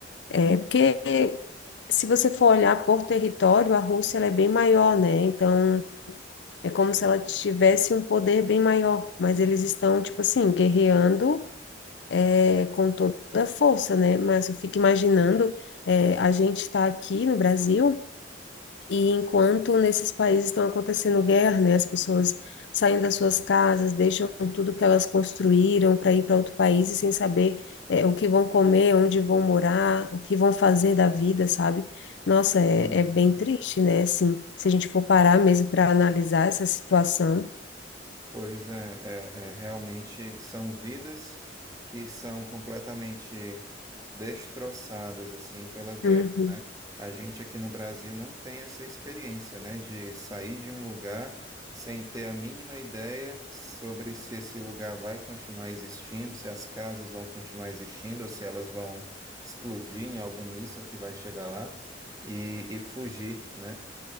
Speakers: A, on the left; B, on the right.
A: É porque se você for olhar por território, a Rússia ela é bem maior, né? Então é como se ela tivesse um poder bem maior, mas eles estão tipo assim guerreando é, com toda a força, né? Mas eu fico imaginando é, a gente está aqui no Brasil e enquanto nesses países estão acontecendo guerra, né, as pessoas saem das suas casas, deixam tudo que elas construíram para ir para outro país e sem saber é, o que vão comer, onde vão morar, o que vão fazer da vida, sabe? Nossa, é,
B: uhum.
A: é bem triste, né? Assim, se a gente for parar mesmo para analisar essa situação.
B: Pois é, é, é, realmente são vidas que são completamente destroçadas assim pela guerra,
A: Uhum.
B: né? A gente aqui no Brasil não tem essa experiência, né, de sair de um lugar sem ter a mínima ideia sobre se esse lugar vai continuar existindo, se as casas vão continuar existindo, ou se elas vão explodir em algum míssil que vai chegar lá e, e fugir, né?